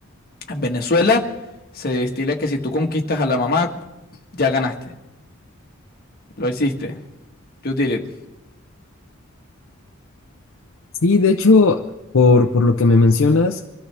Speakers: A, on the left; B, on the left.
A: En Venezuela se destila que si tú conquistas a la mamá, ya ganaste, lo hiciste, you did it,
B: Sí, de hecho, por, por lo que me mencionas,